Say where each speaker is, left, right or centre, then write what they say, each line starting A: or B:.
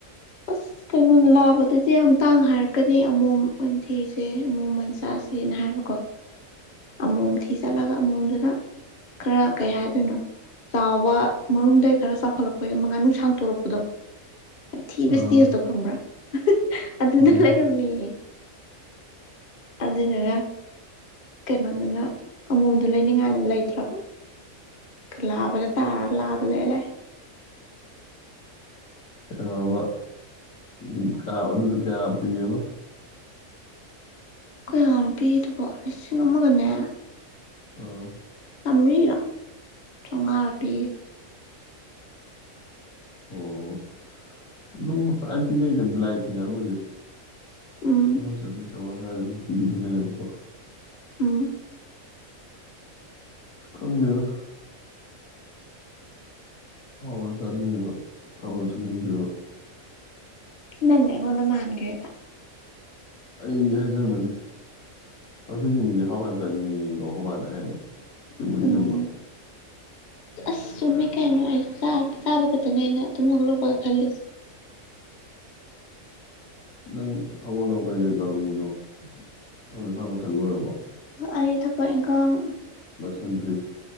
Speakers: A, on the left; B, on the left.
A: ꯑꯁ ꯀꯩꯅꯣꯅ ꯂꯥꯕꯗꯗꯤ ꯌꯥꯝ ꯇꯥꯡ ꯍꯥꯏꯔꯛꯀꯅꯤ ꯑꯃꯣꯝ ꯃꯟꯊꯤꯁꯦ ꯑꯃꯣꯝ ꯃꯟꯆꯥꯥꯁꯦ ꯁꯅ ꯍꯥꯏꯕꯀꯣ ꯑꯃꯣꯝ ꯊꯤ ꯆꯠꯂꯒ ꯑꯃꯣꯝꯗꯨꯅ ꯈꯔ ꯀꯩ ꯍꯥꯏꯗꯣꯏꯅꯣ ꯆꯥꯎꯕ ꯃꯔꯨꯝꯗꯒꯤꯩ ꯈꯔ ꯆꯥꯎꯈꯠꯂꯛꯄꯒꯤ ꯃꯉꯥ ꯅꯨꯡ ꯁꯥꯡ ꯇꯣꯔꯛꯄꯗꯣ ꯊꯤꯕꯁ
B: ꯑꯥ
A: ꯊꯤꯤꯁꯁꯣ ꯈꯪꯕ꯭ꯔꯥ ꯑꯗꯨꯗ
B: ꯍꯣꯏꯅꯦ
A: ꯂꯩꯔꯝꯃꯤꯌꯦ ꯑꯗꯨꯗꯨꯒ ꯀꯩꯅꯣꯗꯨꯅ ꯑꯃꯣꯝꯗꯣ ꯂꯩꯅꯤꯡꯉꯥꯏꯅ ꯂꯩꯇ꯭ꯔꯕ ꯂꯥꯕ ꯂꯩ ꯇꯥꯔꯅ ꯂꯥꯕ ꯂꯩ ꯂꯩꯦ
B: ꯧꯔꯕ ꯎ ꯀ ꯑꯗꯨꯗ ꯀꯌꯥ ꯄꯤꯌꯦꯕ
A: ꯀꯌꯥꯟ ꯄꯤꯗꯕ ꯂꯤꯁꯤꯡ ꯑꯃꯒꯅꯦ
B: ꯑꯥ
A: ꯆꯥꯝꯃꯔꯤꯔꯣ ꯆꯥꯝꯃꯉꯥ ꯄꯤꯕꯅꯦ
B: ꯑꯣ ꯅꯅꯨꯡ ꯇꯥꯏ ꯄꯤꯅꯩꯗ ꯕꯤꯂꯥꯏ ꯇꯤꯡꯉꯥꯅꯨꯉꯁꯦ
A: ꯎꯝ
B: ꯑꯁꯦ ꯃꯤꯁꯨꯁꯋꯥꯏꯗ ꯑꯗꯨꯝ ꯄꯤꯕꯤꯗꯨꯅꯌꯦꯕꯀꯣ
A: ꯎ
B: ꯈꯪꯅꯦꯔ ꯍꯥꯎꯅ ꯆꯥꯅꯤꯡꯉꯤꯕ ꯊꯅ ꯁꯨꯅꯤꯡꯗ꯭ꯔꯤꯕ
A: ꯅꯪꯉꯣꯟ ꯃꯥꯥꯟꯒꯗ
B: ꯑꯩ ꯍꯥꯏꯖꯕꯅꯤ ꯍꯪꯆ ꯅꯨꯃꯤꯠꯁꯦ ꯍꯥꯎꯕ ꯌꯥꯝ ꯆꯠꯅꯤꯡꯉꯤꯀꯣ ꯕꯥꯅ ꯍꯥꯏꯕ ꯆꯨꯝꯕꯗꯤ
A: ꯎꯝ
B: ꯆꯨꯝꯕ
A: ꯑꯁ ꯆꯨꯝꯃꯦ ꯀꯩꯅꯣ ꯑꯩ ꯆꯥꯕ ꯈꯛꯇꯅꯦ ꯑꯩꯅ ꯑꯗꯨꯨꯝ ꯍ ꯄꯈꯦꯁ
B: ꯅꯪ ꯑꯒꯣꯕ ꯀꯩ ꯀꯩ ꯇꯧꯔꯝꯃꯤꯅꯣ ꯑꯗꯨ ꯊꯂ ꯆꯜꯂ ꯑꯣꯏꯔꯝꯕꯣ
A: ꯑꯩ ꯊꯕꯛ ꯏꯪꯈꯥꯡ
B: ꯂꯣꯏꯁꯟꯗ꯭ꯔꯤ